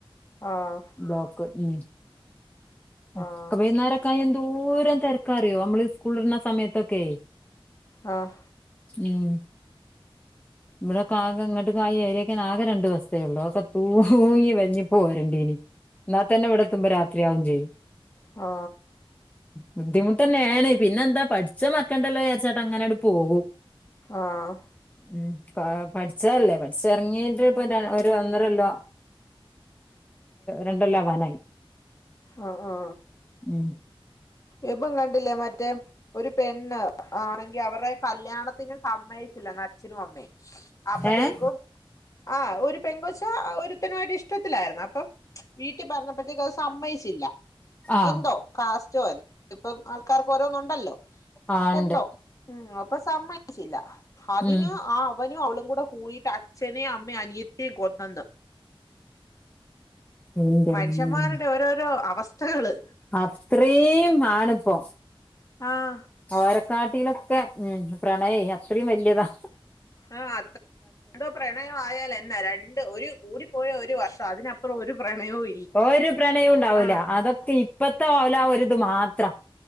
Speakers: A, on the left (about 35°); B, on the left (about 15°).
A: ആഹ
B: ബ്ലോക്ക് ഉം ക്കെ
A: ആഹ്
B: വൈകുന്നേരക്കായ എന്തോരം തിരക്കാറിയോ നമ്മള് സ്കൂൾ വിടണ സമയത്തൊക്കെ
A: ആഹ
B: ഉം ഇവിടെ കാക ഇങ്ങോട്ട് ആ ഏരിയക്കെ ആകെ രണ്ട് ബസ്സേ ഉള്ളു തൂങ്ങി വൽഞ് പോരണ്ടീനി എന്നാത്തന്നെ ഇവിടെ എത്തുമ്പോ രാത്രിയാകും ചെയ്യും
A: ആ
B: ബുദ്ധിമുട്ട്ന്നേണ് പിന്നെ എന്താ പഠിച്ചേ മറക്കണ്ടല്ലോ വിചാരിച്ചാണ്ട് അങ്ങനെ പോകും
A: ആഹ്
B: ഉം പഠിച്ചല്ലേ പഠിച്ച ഇറങ്ങീട്ട്പ്പൊ ഒരു ഒന്നരല്ലോ രണ്ടോലാവാനായി
A: ആ ആ
B: ഉം
A: ഇപ്പം കണ്ടില്ലേ മറ്റേ ഒരു പെണ്ണ് ആണെങ്കി അവരുടെ കല്യാണത്തിന് സമ്മതിച്ചില്ല അച്ഛനും അമ്മേയും അപ്പത്തേക്കും
B: ഏഹ്
A: ആഹ ഒരു പെങ്കൊച് ഒരുത്തനുമായിട്ട് ഇഷ്ടത്തിലായിരുന്നു അപ്പം വീട്ടിൽ പറഞ്ഞപ്പോഴത്തേക്ക് അത് സമ്മയിച്ചില്ല
B: ആഹ്
A: എന്തോ കാസ്റ്റോ ഇപ്പം ആൾക്കാർക്ക് ഓരോന്നു ഉണ്ടല്ലോ
B: ആ ഉണ്ട്
A: എന്തോ ഉം അപ്പൊ സമ്മയി ചില്ല അതിന്
B: ഉം
A: ആ അവനും, അവളും. കൂടെ കൂടിട്ട് അച്ഛനേയും അമ്മയും അനിയത്തിയെയും കൊന്നെന്ന്.
B: എന്റമ്മേ
A: മനുഷ്യന്മാരുടെ ഓരോരോ അവസ്ഥകള്
B: അത്രയും ആണ് ഇപ്പൊ
A: ആഹ്
B: ഓരെക്കാട്ടിലൊക്കെ ഉം പ്രണയെ അത്രയും വലിയതാ.
A: ആ അത്രന്നെ എന്തോ പ്രണയം ആയാലെന്നാ രണ്ട് ഒരു കൂടിപ്പോയ ഒരു വർഷം അതിനപ് പ്പുറം ഒരു പ്രണയവും ഇല്ല
B: ഒരു പ്രണയവും ഉണ്ടാവൂല
A: ആ
B: അതൊക്കെ ഇപ്പത്തെ ഓല ഒരിത് മാത്ര